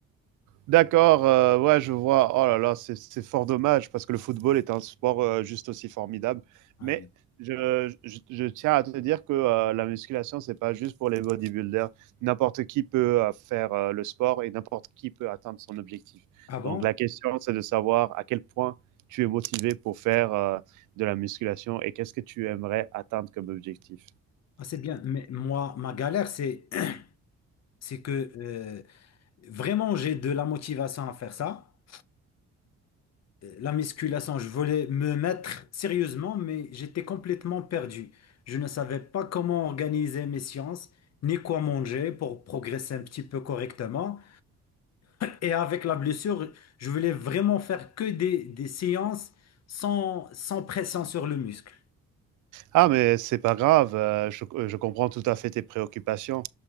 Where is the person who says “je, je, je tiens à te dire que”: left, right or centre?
Right